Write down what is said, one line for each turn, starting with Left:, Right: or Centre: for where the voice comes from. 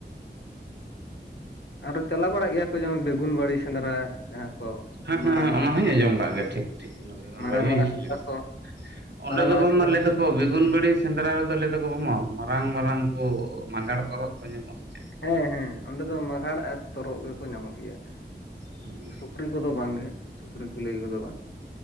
Left: ᱟᱨᱚ ᱪᱟᱞᱟᱣ ᱵᱟᱲᱟᱜ ᱜᱮᱭᱟ ᱠᱚ ᱡᱮᱢᱚᱱ ᱵᱮᱜᱩᱱ ᱵᱟᱲᱤ ᱥᱮᱸᱫᱽᱨᱟ ᱡᱟᱦᱟᱸ ᱠᱚ
Right: ᱦᱩᱸ
Left: ᱢᱟᱨᱟᱝ
Right: ᱦᱩᱸ
Left: ᱢᱟᱨᱟᱝ
Right: ᱚᱱᱟ ᱦᱚᱸᱧ ᱟᱸᱡᱚᱢ ᱟᱠᱟᱫ ᱜᱮᱭᱟ ᱴᱷᱤᱠ ᱴᱷᱤᱠ ᱚᱱᱟ ᱵᱮᱜᱩᱱ
Left: ᱢᱟᱨᱟᱝ
Right: ᱵᱟᱲᱜᱮ
Left: ᱢᱟᱨᱟᱝ
Right: ᱦᱚᱸ ᱤᱧ
Left: ᱥᱮᱸᱫᱽᱨᱟ
Right: ᱦᱤᱲᱤᱧ ᱠᱮᱫᱟ᱾
Left: ᱠᱚ
Right: ᱚᱸᱰᱮ
Left: ᱢᱟᱨᱟᱝ
Right: ᱫᱚᱠᱚ
Left: ᱢᱟᱨᱟᱝ
Right: ᱵᱟᱝ
Left: ᱥᱮᱸᱫᱽᱨᱟ
Right: ᱢᱟ ᱞᱟᱹᱭ
Left: ᱠᱚ
Right: ᱫᱟᱠᱚ ᱵᱮᱜᱩᱱ ᱵᱟᱹᱲᱤ ᱥᱮᱸᱫᱽᱨᱟ ᱨᱮᱫᱚ ᱞᱟᱹᱭ ᱫᱟᱠᱚ ᱵᱟᱝ ᱢᱟ ᱢᱟᱨᱟᱝ ᱢᱟᱨᱟᱝ ᱠᱚ ᱢᱟᱸᱜᱟᱲ ᱛᱟᱨᱚᱵ ᱠᱚ ᱧᱟᱢᱚᱜᱼᱟ ᱥᱮ ᱪᱮᱫ
Left: ᱦᱮᱸ ᱦᱮᱸ ᱚᱸᱰᱮ ᱫᱚ ᱢᱟᱜᱷᱟᱲ ᱟᱨ ᱛᱚᱨᱚᱜ ᱜᱮᱠᱚ ᱧᱟᱢᱚᱜ ᱜᱮᱭᱟ
Right: ᱦᱩᱸ
Left: ᱥᱮ ᱥᱩᱠᱨᱤ ᱠᱚᱫᱚ ᱵᱟᱝᱜᱮ ᱥᱩᱠᱨᱤ ᱠᱩᱞᱟᱹᱭ ᱜᱚᱫᱚᱜᱼᱟ ᱵᱟᱝ᱾